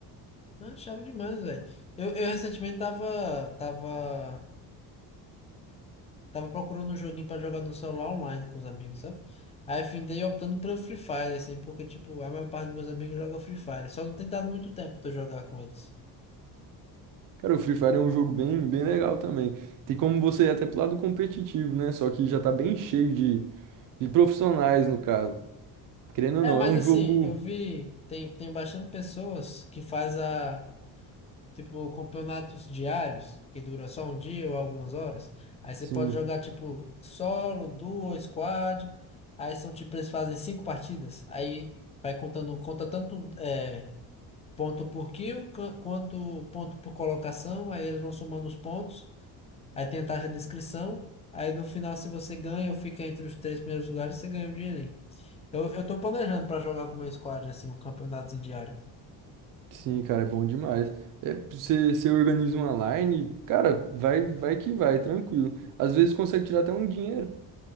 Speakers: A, on the left; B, on the right.
A: Ah, chave demais, velho. Eu, eu recentemente tava, tava, tava procurando um joguinho pra jogar no celular online com os amigos, sabe? Aí findei optando pelo Free Fire, assim, porque, tipo, a maior parte dos meus amigos joga Free Fire. Só não tem dado muito tempo pra eu jogar com eles.
B: Cara, o Free Fire é um jogo bem, bem legal também. Tem como você ir até pro lado competitivo, né? Só que já tá bem cheio de, de profissionais, no caso. Querendo
A: É,
B: ou não,
A: mas
B: é um
A: assim,
B: jogo.
A: eu vi, tem, tem bastante pessoas que faz a, tipo, campeonatos diários, que dura só um dia ou algumas horas. Aí você
B: Sim,
A: pode jogar, tipo, solo, duo, squad. Aí são, tipo, eles fazem cinco partidas. Aí vai contando, conta tanto é, ponto por kill, ca- quanto ponto por colocação. Aí eles vão somando os pontos. Aí tem a taxa de inscrição. Aí no final, se você ganha ou fica entre os três primeiros lugares, você ganha o dinheirinho. Eu, eu tô planejando pra jogar com o meu squad, assim, um campeonato em diário.
B: sim, cara, é bom demais. É, você, você organiza uma line, cara, vai, vai que vai, tranquilo. Às vezes consegue tirar até um dinheiro.